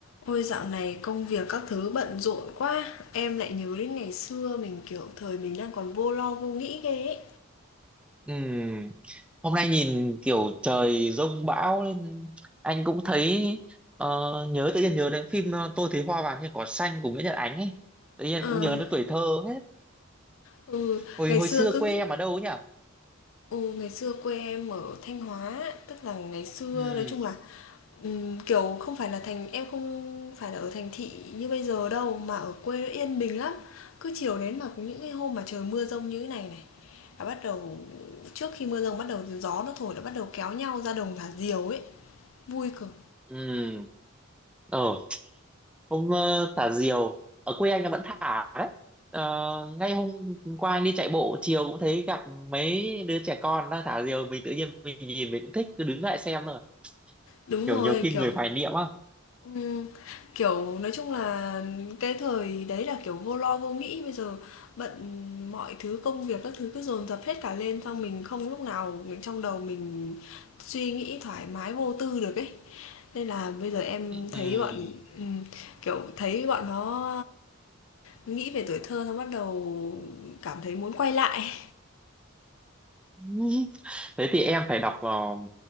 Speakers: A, on the left; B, in the centre.
A: Ôi dạo này công việc các thứ bận rộn quá Em lại nhớ đến ngày xưa mình kiểu thời mình đang còn vô lo vô nghĩ ghê ấy
B: Ừm, Hôm nay nhìn kiểu trời giông bão nên anh cũng thấy ờ, nhớ tự nhiên nhớ đến phim ờ, Tôi thấy hoa vàng trên cỏ xanh của Nguyễn Nhật Ánh ấy. Tự nhiên
A: Ờ,
B: cũng nhớ đến tuổi thơ hết.
A: ừ,
B: Hồi
A: ngày
B: hồi
A: xưa
B: xưa
A: cứ
B: quê em ở đâu ấy nhỉ?
A: ừ, ngày xưa quê em ở Thanh Hóa Tức là ngày xưa
B: Ừm,
A: nói chung là ừm, kiểu không phải là thành em không phải là ở thành thị như bây giờ đâu Mà ở quê nó yên bình lắm Cứ chiều đến mà những cái hôm mà trời mưa rông như thế này này Là bắt đầu trước khi mưa rông bắt đầu gió nó thổi là bắt đầu kéo nhau ra đồng thả diều ấy Vui cực
B: ừm, Ờ, hôm ờ, thả diều ở quê anh là vẫn thả đấy. Ờ, ngay hôm qua anh đi chạy bộ chiều cũng thấy gặp mấy đứa trẻ con đang thả diều mình tự nhiên mình nhìn mình cũng thích cứ đứng lại xem rồi
A: Đúng
B: kiểu
A: rồi,
B: nhiều khi
A: kiểu
B: người hoài niệm á
A: Ừm, kiểu, nói chung là cái thời đấy là, kiểu, vô lo vô nghĩ, bây giờ bận mọi thứ, công việc các thứ cứ dồn dập hết cả lên, xong mình không lúc nào mình trong đầu mình suy nghĩ thoải mái vô tư được ấy. Nên là bây giờ em thấy
B: Ừm.
A: bọn ừm, kiểu, thấy bọn nó, nghĩ về tuổi thơ xong bắt đầu cảm thấy muốn quay lại.
B: <laughs> thế thì em phải đọc vào